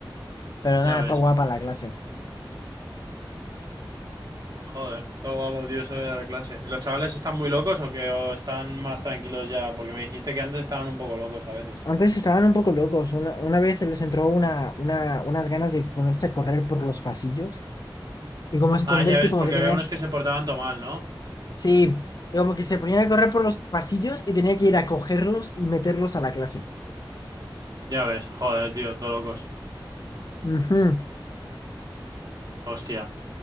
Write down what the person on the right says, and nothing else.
Ya
ves.
Joder, todo guapo, tío, eso de dar clase. ¿Y los chavales están muy locos o qué? ¿O están más tranquilos ya? Porque me dijiste que antes estaban un poco locos a veces.
Ah, ya ves,
porque
había unos que se portaban todo mal, ¿no?
Ya ves, joder, tío, todo locos.
Hostia.